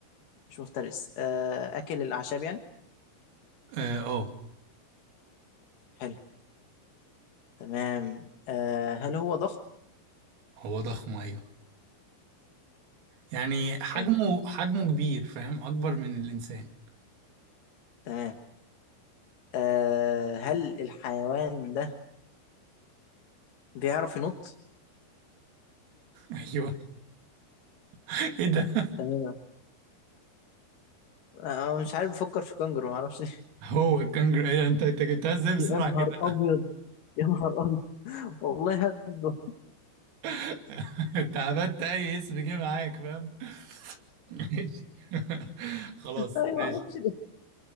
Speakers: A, on the left; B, on the right.
A: مش مفترس آه أكل الأعشاب يعني
B: اه آه.
A: حلو تمام آه هل هو ضخم
B: هو ضخم ايوه يعني حجمه
A: حلو
B: حجمه كبير فاهم اكبر من الانسان
A: تمام آه هل الحيوان ده بيعرف ينط
B: ايوه <laughs> ايه ده
A: تمام آه مش عارف بفكر في كنجر معرفش <laughs>
B: هو الكنجر ايه ده انت انت جبتها ازاي بسرعه
A: يا نهار
B: كده
A: ابيض يا نهار ابيض <laughs> والله هبه
B: <laughs> انت عبدت اي اسم جه معاك فاهم ماشي <laughs> خلاص
A: ايوه
B: ماشي
A: ما اعرفش ده